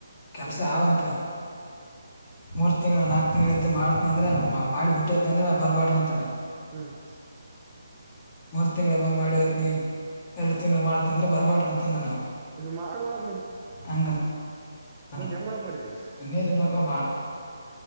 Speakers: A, on the left (about 30°); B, on the right (about 20°).
A: ಕೆಲಸ ಅವಂತ. ಮೂರ್ ತಿಂಗ್ಗಳ ನಾಕ್ ತಿಂಗಳ ಇದ್ದು ಮಾಡ್ತೀನಿ ಅಂದ್ರೆ ಮಾಡಿ ಬಿಟ್ಟದ ಅಂದ್ರೆ ಬರ್ಬಾರಡ್ರ ಅಂತನ.
B: ಹ್ಮ್.
A: ಮೂರ್ ತಿಂಗಳ ಬಂದು ಮಾಡಿ ಹೋತೀನಿ ಎರಡ್ ತಿಂಗ್ಳ ಮಾಡತ ಅಂದ್ರ ಬರ್ಬಾರಡ್ರಿ ಅಂತಂದನ ಅವ.
B: ಮಾಡ ನೋಡಕ್ ಮ.
A: ಹಂಗ. ಹ
B: ಹೆಂಗ್ ಮಾಡಕ್ ಮಾಡಿದೆ ಈಗ
A: ಹಂಗನೆಲ್ಲ ಮಾಡ.